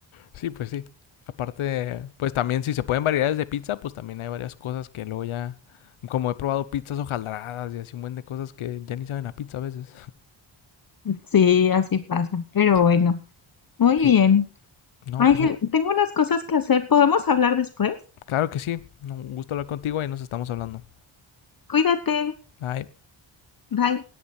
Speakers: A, on the left; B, on the left.
A: Sí, pues sí. Aparte, pues también si se pueden variedades de pizza, pues también hay varias cosas que luego ya... Como he probado pizzas hojaldradas y así un buen de cosas que ya ni saben a pizza a veces.
B: Sí, así pasa, pero
A: Sí,
B: bueno, muy
A: sí.
B: bien.
A: No,
B: Ángel,
A: pues
B: tengo unas cosas que hacer, ¿podemos hablar después?
A: Claro que sí. Un gusto hablar contigo y nos estamos hablando.
B: Cuídate,
A: Bye.
B: bye.